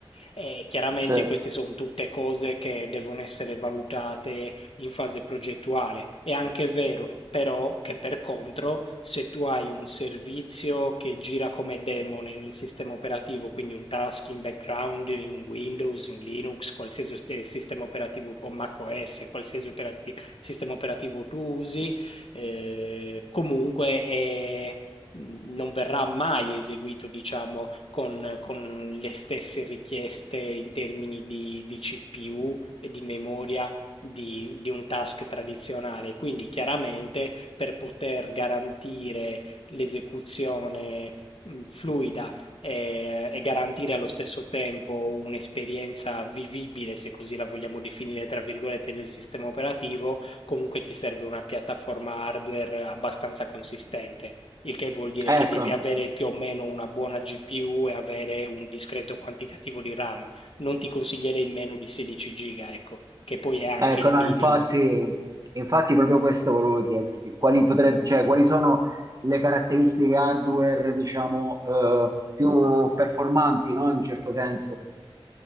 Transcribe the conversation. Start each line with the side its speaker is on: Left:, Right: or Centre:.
Left: E chiaramente
Right: certo.
Left: queste sono tutte cose che devono essere valutate in fase progettuale. È anche vero però che per contro, se tu hai un servizio che gira come demone nel sistema operativo, quindi un task in background, in Windows, in Linux, qualsiasi oste- sistema operativo o macOS, qualsiasi operati- sistema operativo tu usi, eh, comunque è- non verrà mai eseguito, diciamo, con, con le stesse richieste in termini di, di CPU e di memoria di, di un task tradizionale. Quindi chiaramente per poter garantire l'esecuzione mh, fluida e, e garantire allo stesso tempo un'esperienza vivibile, se così la vogliamo definire, tra virgolette, del sistema operativo, comunque ti serve una piattaforma hardware abbastanza consistente. Il che vuol dire che
Right: Ecco.
Left: devi avere più o meno una buona GPU e avere un discreto quantitativo di RAM, non ti consiglierei meno di sedici giga, ecco, che poi è anche
Right: Ecco,
Left: il
Right: no,
Left: minimo.
Right: infatti, infatti proprio questo volevo chiederti, quali, potrebbe, cioè, quali sono le caratteristiche hardware, diciamo, eh, più performanti, no? In un certo senso.